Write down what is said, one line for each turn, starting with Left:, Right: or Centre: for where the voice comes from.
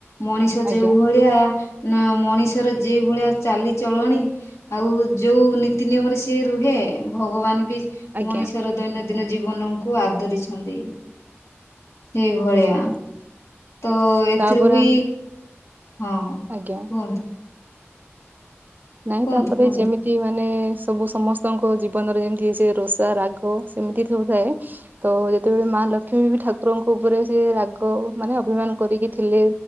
Left: ମଣିଷ
Right: ଆଜ୍ଞା
Left: ଯେଉଭଳିଆ ନା, ମଣିଷର ଯେଭଳିଆ ଚାଲିଚଳଣି ଆଉ, ଯୋଉ ନୀତି ନିୟମରେ ସିଏ ରୁହେ, ଭଗବାନ ବି
Right: ଆଜ୍ଞା
Left: ମଣିଷର ଦୈନନ୍ଦିନ ଜୀବନଙ୍କୁ ଆଦରିଛନ୍ତି। ସେଇଭଳିଆ
Right: ଆଜ୍ଞା
Left: ତ ଏଥିରୁ
Right: ତାପରେ
Left: ବି,
Right: ଆମେ
Left: ହଁ।
Right: ଆଜ୍ଞା।
Left: କୁହନ୍ତୁ।
Right: ନାଇଁ,
Left: କୁହନ୍ତୁ
Right: ତା'ପରେ
Left: କୁହନ୍ତୁ।
Right: ଯେମି ତି ମାନେ ସବୁ ସମସ୍ତଙ୍କ ଜୀବନରେ ଯେମିତି ସେ ରୋଷା ରାଗ ସେମିତି ସବୁ ଥାଏ। ତ ଯେତେବେଳେ ମାଁ ଲକ୍ଷ୍ମୀ ବି ଠାକୁରଙ୍କ ଉପରେ ସେ ରାଗ, ମାନେ ଅଭିମାନ କରିକି ଥିଲେ।